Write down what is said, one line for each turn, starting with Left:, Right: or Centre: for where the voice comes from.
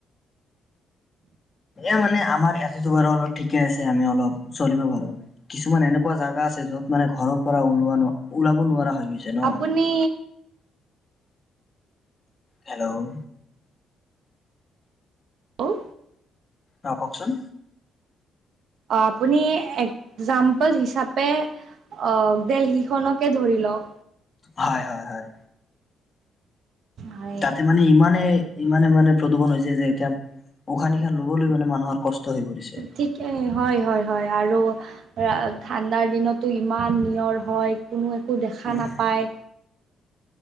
Left: এ মানে আমাৰ ইয়াতেতো বাৰু অলপ ঠিকে আছে আমি অলপ চলিব পাৰো, কিছুমান এনেকুৱা জাগা আছে য'ত মানে ঘৰৰ পৰা ওলোৱা ওলাব নোৱাৰা হৈ গৈছে ন।
Right: আপুনি
Left: হেল্ল'
Right: হেল্ল'
Left: আহ কওকচোন
Right: আপুনি একজাম্পল হিচাপে অ ডেলহি খনকে ধৰি লওক।
Left: হয় হয় হয়।
Right: হয়
Left: তাতে মানে ইমানে ইমানে মানে প্ৰদূষণ হৈছে যে এতিয়া উশাহ নিশাহ লবলৈ মানে মানুহৰ কষ্ট হৈ পৰিছে।
Right: ঠিক হয় হয় হয় আৰু আহ ঠাণ্ডাৰ দিনতো ইমান নিয়ৰ হয় কোনো একো দেখা
Left: উম
Right: নাপায়।